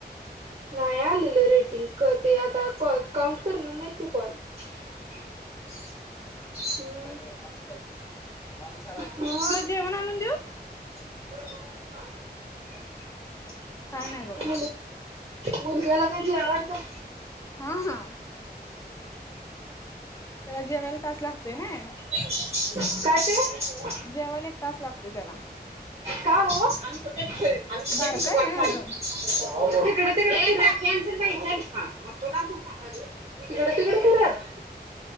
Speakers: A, on the right; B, on the left.
A: नाही आलेलं रेटिंग. क, ते आता कॉ काउंट करणार नाही ते कॉल? <inaudible> सर.
B: काय करायचं? मागं सरायचं? मागं सरायचं.
A: मग
B: तुला जेवण आणून देऊ?
A: <unintelligible>
B: काय नाही बघा
A: मुलग्याला काय जेवाय वाडताय?
B: हा-हा. त्याला जेवायला तास लागतोय ना.
A: काय ते?
B: जेवायला एक तास लागतोय त्याला
A: का हो? आम्ही कुठं बी खेळीन, आम्ही कुठं
B: बारकाय
A: बी वाघ
B: नाही
A: मारीन.
B: अजून
A: इकडं तिकडं फिरत. टाकी आण, बाई, छल मग तुला कुठं सांगायले? इकडं तिकडं फिरतं?